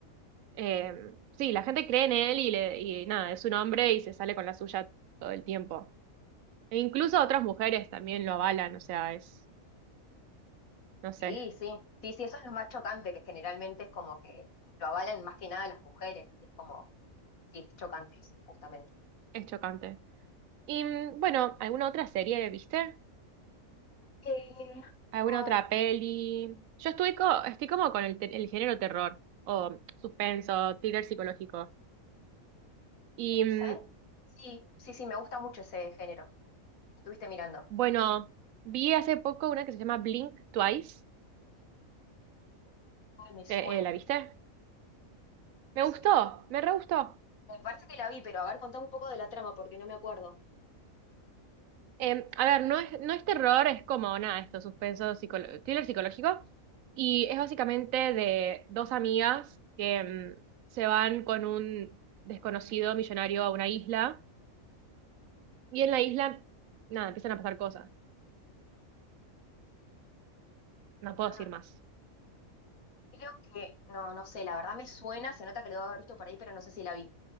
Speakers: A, on the right; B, on the left.
A: Eh, sí, la gente cree en él y, le, y nada, es un hombre y se sale con la suya todo el tiempo. E incluso otras mujeres también lo avalan, o sea, es, no sé,
B: Sí, sí, sí, sí, eso es lo más chocante, que generalmente es como que lo avalan más que nada las mujeres, y es como, sí, es chocante eso, justamente.
A: es chocante. Y mm, bueno, ¿alguna otra serie viste?
B: Eh,
A: ¿Alguna
B: ay,
A: otra peli? Yo estoy, co- estoy como con el, te- el género terror o suspenso, thriller psicológico. Y mm,
B: ¿sabes? Sí, sí, sí, me gusta mucho ese género. Estuviste mirando.
A: bueno, vi hace poco una que se llama Blink Twice
B: Ay, me suena.
A: ¿Te- eh, ¿la viste? Me
B: Sí,
A: gustó, me re gustó.
B: me parece que la vi, pero a ver, contame un poco de la trama porque no me acuerdo.
A: Eh, a ver, no es, no es terror, es como nada, esto, suspenso, psicolo- thriller psicológico. Y es básicamente de dos amigas que mm, se van con un desconocido millonario a una isla. Y en la isla, nada, empiezan a pasar cosas. No puedo
B: Ah,
A: decir más.
B: creo que, no, no sé, la verdad me suena, se nota que lo debo haber visto por ahí, pero no sé si la vi.